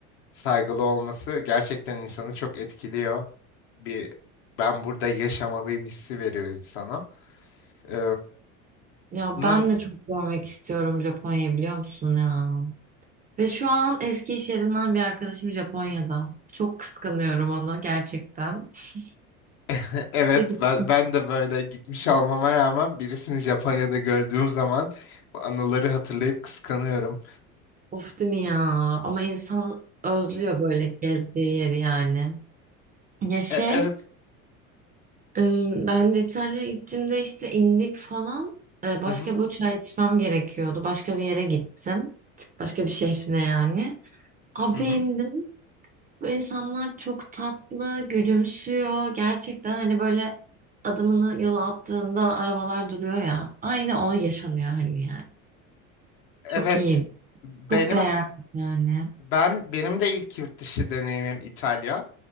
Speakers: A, on the left (about 60°); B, on the right (about 20°).
A: saygılı olması gerçekten insanı çok etkiliyor. Bir ben burada yaşamalıyım hissi veriyor insana. Ee,
B: Ya
A: bunun
B: ben de çok görmek istiyorum Japonya'yı biliyor musun ya? Ve şu an eski iş yerimden bir arkadaşım Japonya'da. Çok kıskanıyorum onu gerçekten. <laughs>
A: <laughs> evet
B: Ne güzel.
A: ben ben de böyle gitmiş olmama rağmen birisini Japonya'da gördüğüm zaman bu anıları hatırlayıp kıskanıyorum.
B: Of değil mi ya? Ama insan özlüyor böyle gezdiği yeri yani. Ya şey
A: E- evet.
B: Ee, Ben de İtalya'ya gittiğimde işte indik falan. Ee, Başka
A: Hı hı,
B: bir uçağa yetişmem gerekiyordu. Başka bir yere gittim. Başka bir şehrine yani. Abi
A: hı hı.
B: indim. Bu insanlar çok tatlı, gülümsüyor. Gerçekten hani böyle adımını yola attığında arabalar duruyor ya. Aynı o yaşanıyor hani yani.
A: Evet.
B: Çok iyi.
A: Benim
B: Çok beğendim yani.
A: ben benim de ilk yurt dışı deneyimim İtalya.